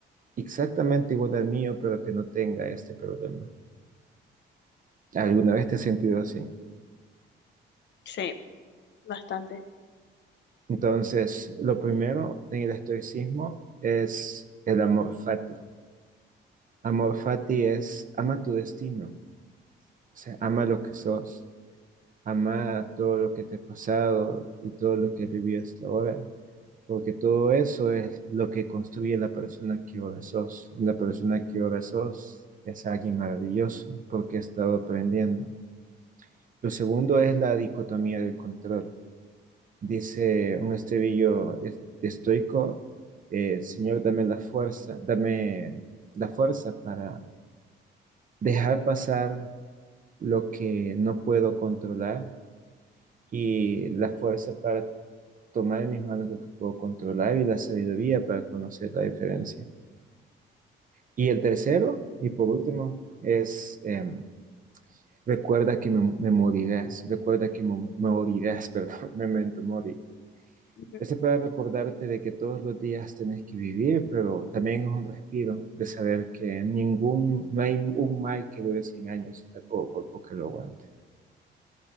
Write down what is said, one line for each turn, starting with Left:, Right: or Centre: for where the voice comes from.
Right: exactamente igual al mío, pero que no tenga este problema. ¿Alguna vez te has sentido así?
Left: Sí, bastante.
Right: Entonces, lo primero en el estoicismo es el amor fati. Amor fati es ama tu destino, o sea, ama lo que sos, ama todo lo que te ha pasado y todo lo que has vivido hasta ahora, porque todo eso es lo que construye la persona que ahora sos. La persona que ahora sos es alguien maravilloso porque ha estado aprendiendo Lo segundo es la dicotomía del control. Dice un estribillo es- estoico, eh, Señor, dame la fuerza, dame la fuerza para dejar pasar lo que no puedo controlar y la fuerza para tomar en mis manos lo que puedo controlar y la sabiduría para conocer la diferencia. Y el tercero, y por último, es em, recuerda que me, me morirás, recuerda que mo- morirás, <laughs> perdón, memento mori
Left: Ujú.
Right: Ese para recordarte de que todos los días tenés que vivir, pero también es un respiro de saber que ningún, no hay un mal que dure 100 años y tampoco cuerpo que lo aguante.